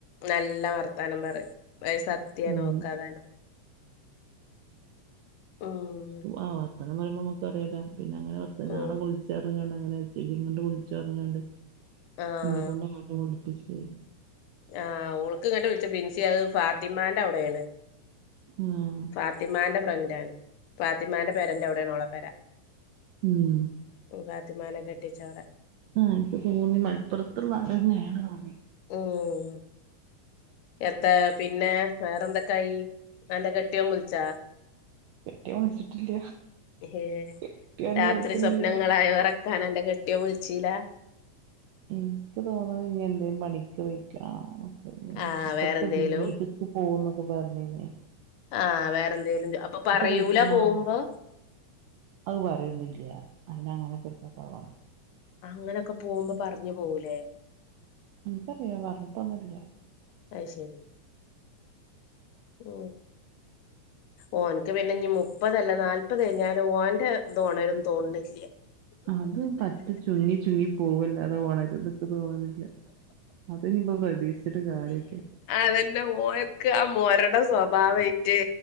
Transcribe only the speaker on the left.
നല്ല വർത്താനം പറയും വയ സത്യമാണ്
ഓൾക്ക് അത് അറിയാം. ഉം
ഉം
ആഹ്
ആഹ് ഓൾക്ക് ഇങ്ങോട്ട് വിളിച്ച് ബിൻസി അത് ഫാത്തിമാന്റെ അവിടെയാണ്.
ഫാത്തിമാന്റെ ഫ്രണ്ടാണ് ഫാത്തിമാന്റെ പെരേന്റെ എവിടെയാണ് ഓളുടെ പെര.
ഫാത്തിമാനെ കെട്ടിച്ചോടെ.
ഉം. എത്ത പിന്നെ വേറെ എന്തൊക്കായി എന്താ അന്റെ കെട്ടിയോൻ വിളിച്ചാ?
ഏഹ്
രാത്രി
സ്വപ്നങ്ങളായ് ഒറക്കാൻ ആയി അന്റെ കെട്ടിയോന് വിളിച്ചില്ല.
ആഹ്
വേറെന്തേലും
ആഹ് വേറെ എന്തേലും അപ്പൊ പറയൂല
പോകുമ്പോ.
അങ്ങനെയൊക്കെ പോകുമ്പോ പറഞ്ഞു പോകൂലേ.
അ ശരി ഉ ഓൻക്ക് പിന്നെ ഇ ഞ്ഞി മുപ്പതല്ല നാല്പത് കഴിഞ്ഞാലും ഓന്റെ ത് ഒ ണ രുംതോന്നുന്നില്ല
ആതന്നെ ഓൻക്ക് ആ മോരടെ സ്വഭാവമായിട്ട്